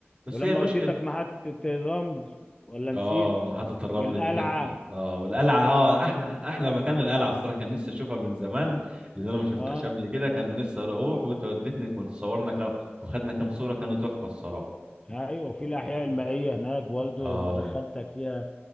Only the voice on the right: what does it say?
بس
هي المشكله
اه محطه الرمل
دي كانت اه والقلعه اه
احلى احلى
مكان القلعه الصراحه كان نفسي اشوفها من زمان لان انا ما شفتهاش
قبل كده كان نفسي اروح وانت وديتني كنت صورنا كام وخدنا كام صوره كانوا تحفه الصراحه
اه